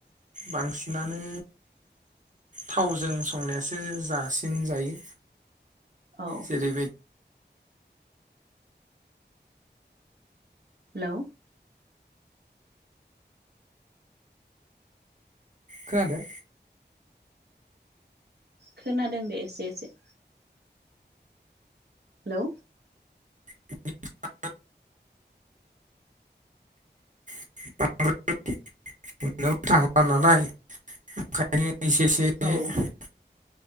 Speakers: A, on the right; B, on the right.
A: बांसिनानो। थावजों संनायासो जासिन जायो।
B: औ।
A: जेरैबाय
B: हेलौ।
A: खोनादो?
B: खोनादों दे एसे एसे। हेलौ।
A: <unintelligible> <unintelligible> मोननोबो थांला नालाय ओंखायनो एसे एसे बे
B: औ
A: <unintelligible>